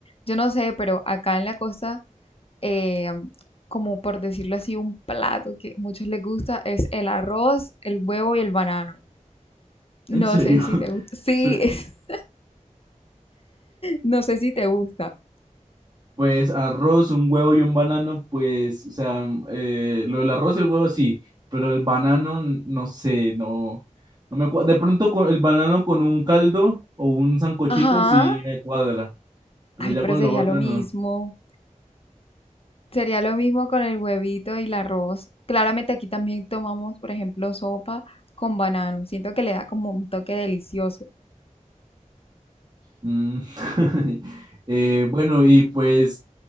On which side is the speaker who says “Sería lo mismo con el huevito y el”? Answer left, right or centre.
Left